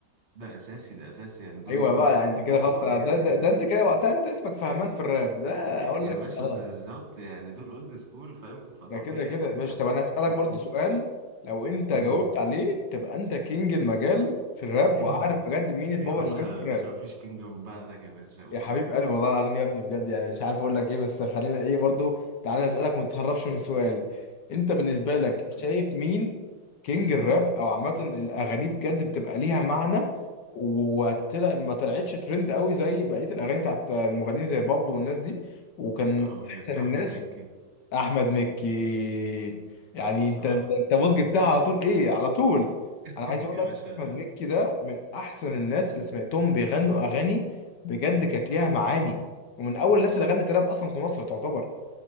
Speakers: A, on the right (about 40°); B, on the left (about 70°).
A: ده اساسي ده اساسي يعني دول
B: ايوه
A: الاولد
B: بقى
A: سكول
B: يعني انت كده خلاص
A: طبعا
B: ده,
A: كده
B: ده,
A: كده
B: ده انت
A: انت
B: كده وقتها انت اسمك فهمان في الراب ده
A: يا
B: اقول لك
A: باشا
B: خلاص
A: بالظبط يعني دول اولد سكول فاهم فطبيعي
B: ده كده كده
A: ان
B: يا
A: انت
B: باشا
A: هتحب
B: طب انا اسالك
A: تسمعهم
B: برضو سؤال لو انت
A: مم.
B: جاوبت عليه تبقى انت كينج المجال في الراب
A: <clears throat>
B: وعارف بجد مين البابا
A: يا باشا
B: المجال
A: يا
B: في الراب
A: باشا مفيش كينجدم من بعدك يا باشا قول
B: يا حبيب قلبي والله العظيم يا ابني بجد يعني مش عارف اقول لك ايه بس خلينا ايه برضو تعالى نسألك وما تتهربش من السؤال انت بالنسبة لك
A: نسأل
B: شايف مين كينج الراب او عامة الاغاني بجد بتبقى ليها معنى وطلع ما طلعتش ترند قوي زي بقية الاغاني بتاعت المغنيين زي بابلو والناس دي وكان
A: هقول
B: احسن
A: لك احمد
B: الناس
A: مكي
B: احمد مكي يعني
A: بصراحة
B: انت انت انت بص جبتها على طول ايه على طول
A: <laughs>
B: انا عايز اقول
A: يا
B: لك
A: باشا
B: احمد مكي ده من احسن الناس اللي سمعتهم بيغنوا اغاني بجد كانت ليها معاني ومن اول الناس اللي غنت راب اصلا في مصر تعتبر